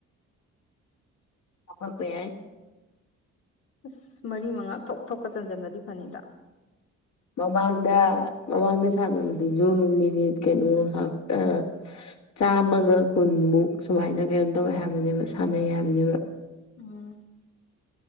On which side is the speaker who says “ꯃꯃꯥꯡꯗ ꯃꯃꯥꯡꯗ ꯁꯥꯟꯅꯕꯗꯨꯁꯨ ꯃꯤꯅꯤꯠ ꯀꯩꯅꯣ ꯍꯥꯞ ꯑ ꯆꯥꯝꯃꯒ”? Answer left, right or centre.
Left